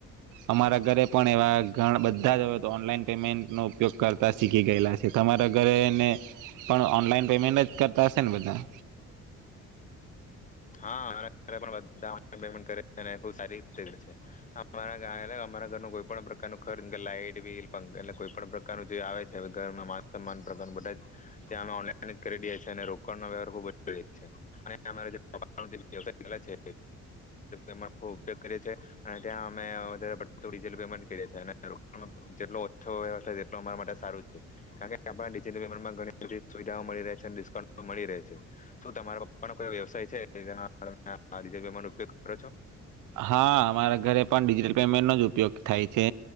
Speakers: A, on the right (about 85°); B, on the left (about 25°).
A: અમારા ઘરે પણ એવા ઘ બધા જ હવે તો ઓનલાઈન પમે ન ઉપયોગ કરતા શીખી ગયેલા છે તમારા ઘરેને પણ ઓનલાઈન પેમેન્ટ જ કરતા હશે ને બધા.
B: હા ઘન્ટ કરે છે સારી રીતેે અમારા ઘર કોઈ પણ પ્રકારનુંર્ લાઈટ બિલ એટલે કોઈ પણ પ્રકારનું જે આવે છે ઘર મામાન પ્રકાર બધા જ ત અમે ઓલાન જ કરી દ છ અને રોકણ ન વવહાર ખબ છે. અને અરે. વ્યાય છે. એમાં બ ઉપયોગ કરે છે. ત્યાં અમેલ પેમેન્ટ કરી જેલો ઓછોાય તેલો અમારા માટે સારું છે કારણ કે આપટલેમેન્ટમાં ઘણી બધી સુવિધાઓ મળી છે ડિસ્કાઉન્ટ મળી રહે છે શું તમારા પપ્પાનો કોઈ વ્યવસાય ત આનો ઉપયોગ કરો છો.
A: હા અમારા ઘરે પણ ડિજિટલ પેમેન્ટનોો જ ઉપયોગ થાય છે